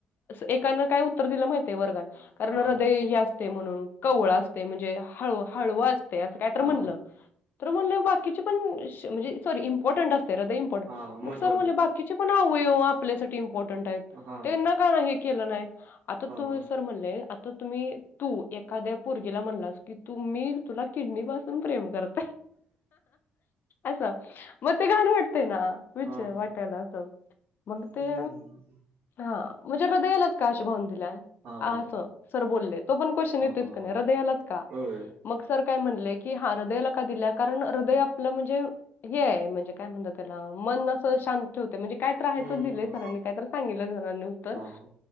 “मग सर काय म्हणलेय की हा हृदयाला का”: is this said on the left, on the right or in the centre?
Left